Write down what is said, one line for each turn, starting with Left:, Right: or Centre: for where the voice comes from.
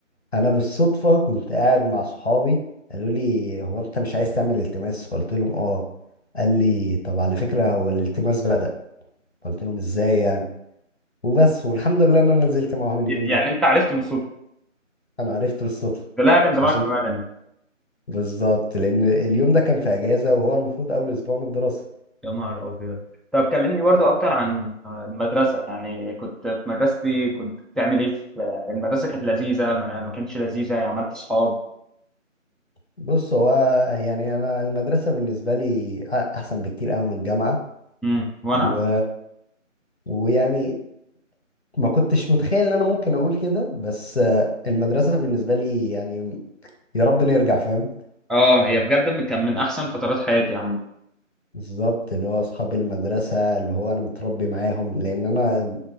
Left: انا بالصدفة كنت قاعد مع صحابي قالوا لي هو انت مش عايز تعمل التماس فقلت لهم اه قال لي طب على فكرة هو الالتماس بدأ قلت لهم ازاي يعني وبس والحمد لله ان انا نزلت معاهم اليوم
Centre: يعني
Left: ده
Centre: انت عرفت بالصدفة
Left: انا عرفت بالصدفه
Centre: لا كان زمانك
Left: عشان
Centre: في مدني
Left: بالظبط لان اليوم ده كان في اجازه وهو المفروض اول اسبوع من الدراسه
Centre: يا نهار أبيض طب كلمني برضو أكتر عن المدرسة يعني كنت في مدرستي كنت بتعمل إيه في المدرسة كانت لذيذة ما ما كانتش لذيذة عملت صحاب
Left: بص هو يعني انا المدرسه بالنسبه لي أ- احسن بكتير قوي من الجامعه
Centre: امم وأنا
Left: و... ويعني ما كنتش متخيل ان انا ممكن اقول كده بس آه، المدرسه بالنسبه لي يعني يا رب نرجع فاهم
Centre: اه هي بجد من- كان من أحسن فترات حياتي يا عم
Left: بالظبط اللي هو اصحاب المدرسه اللي هو انا متربي معاهم لان انا